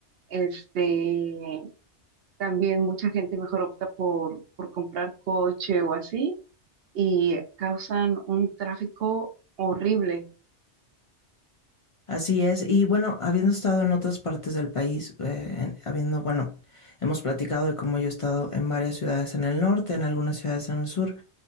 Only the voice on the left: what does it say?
Así es, y bueno, habiendo estado en otras partes del país, eh, en- habiendo, bueno, hemos platicado de cómo yo he estado en varias ciudades en el norte, en algunas ciudades en el sur,